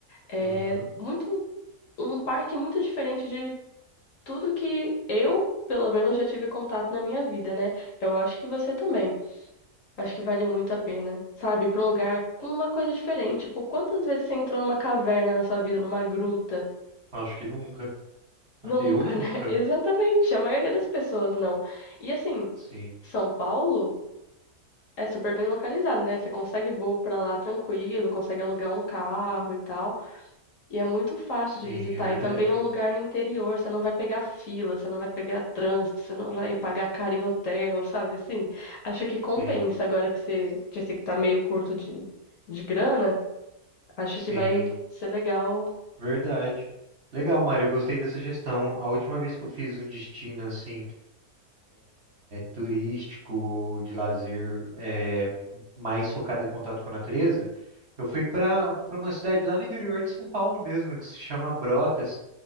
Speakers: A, on the left; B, on the right.
A: É
B: Uhum.
A: muito um parque muito diferente tudo que eu, pelo menos, já tive contato na minha vida, né? Eu acho que você também. Acho que vale muito a pena, sabe? Ir Pra um lugar com uma coisa diferente. Tipo, quantas vezes você entrou numa caverna na sua vida, numa gruta?
B: Acho que nunca.
A: Nunca,
B: Eu nunca.
A: né? <laughs> Exatamente. A maioria das pessoas não. E assim,
B: Sim.
A: São Paulo é super bem localizado, né? Você consegue voo pra lá tranquilo, consegue alugar um carro e tal. E é muito fácil
B: Sim,
A: de visitar.
B: é verdade.
A: E também é um lugar no interior. Você não vai pegar fila, você não vai pegar trânsito, você não vai pagar caro em hotel, sabe? Assim, acho que compensa.
B: Sim.
A: Agora que você disse que tá meio curto de, de grana, acho
B: Sim.
A: que vai ser legal.
B: Verdade. Legal, Mário. Eu gostei dessa gestão. A última vez que eu fiz um destino assim turístico ou de lazer é, mais focado em contato com a natureza, eu fui para para uma cidade lá no interior de São Paulo mesmo, que se chama Brotas.